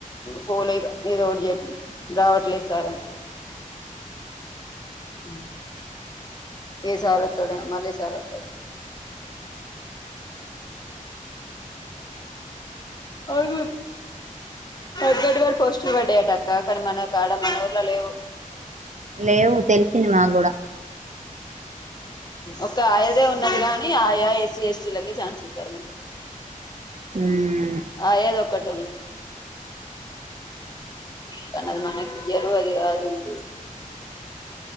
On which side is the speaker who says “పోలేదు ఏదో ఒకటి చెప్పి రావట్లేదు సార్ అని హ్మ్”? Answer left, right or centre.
Left